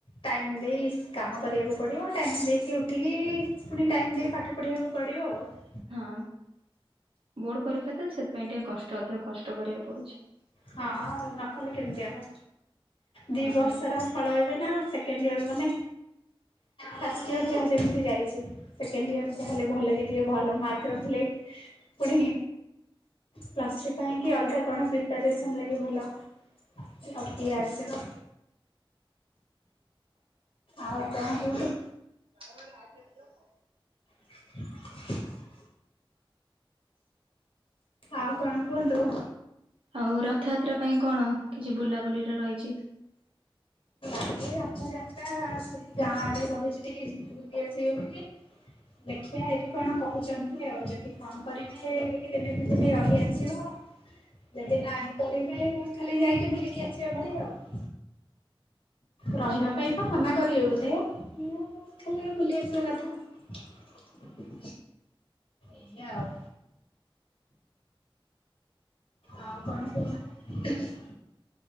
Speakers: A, on the left; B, on the right.
A: ଟାଇମ୍ ଦେଇ କାମ କରିବାକୁ ପଡ଼ିବ। ଟାଇମ୍ ଦେଇକି ଉଠିକି ଫୁଣି ଟାଇମ୍ ଦେଇ ପାଠ ପଢିବାକୁ ପଡିବ ଆଉ।
B: ହଁ ବୋର୍ଡ ପରୀକ୍ଷା ତ ସେଥିପାଇଁ ଟିକେ କଷ୍ଟ ଅଧିକ କଷ୍ଟ କରିବାକୁ ପଡୁଛି।
A: ହଁ ଆଉ ନକଲେ କେମିତି ହବ? ଦି
B: ହଁ।
A: ବର୍ଷର। ଫଳ ଏବେ ନା ସେକେଣ୍ଡ ଇୟର ମାନେ ଫାଷ୍ଟ ଇୟର ଯାହା ଯେମିତି ଯାଇଛି। ସେକେଣ୍ଡ ଇୟର ଯାହେଲେ ଭଲ ବି ଟିକେ ଭଲ ମାର୍କ ରଖିଲେ ପୁଣି ପ୍ଲସ ଥ୍ରି ପାଇଁ କି ଅଲଗା କଣ ସେ ବେସନ ଲାଗେ ଭଲ ଆଉ କିଏ ଆସିବ? ଆଉ କଣ କୁହୁ
B: ତାପରେ ଆଉ କିଏ ଆସିବା?
A: <inaudible> ଆଉ କଣ କୁହନ୍ତୁ?
B: ଆଉ ରଥଯାତ୍ରା ପାଇଁ କଣ କିଛି ବୁଲାବୁଲିରେ ରହିଛି।
A: ଏଇ ରଥଯାତ୍ରା ସେ ଗାଁ ଆଡେ ସବୁଛି ଟିକେ ଯିବି ବୁଲି ଆସିବେ ବୋଲି। ଦେଖିଆ ଏଠି କଣ କହୁଛନ୍ତି ଆଉ ଯଦି ହଁ କରିବେ କି ଦିନେ ଦିଦିନି ରହିଆସିବା। ଯଦି ନାହିଁ କରିବେ ଖାଲି ଯାଇକି ବୁଲିକି ଆସିବା ଭାରି ଆଉ। ରହିବା
B: ଆଛା।
A: ପାଇଁ ତ ମନା କରିବେ ବୋଧେ ଖାଲି ବୁଲି ଆସିବା କଥା। ଏଇଆ ଆଉ। ଆଉ କଣ କୁହ? <inaudible>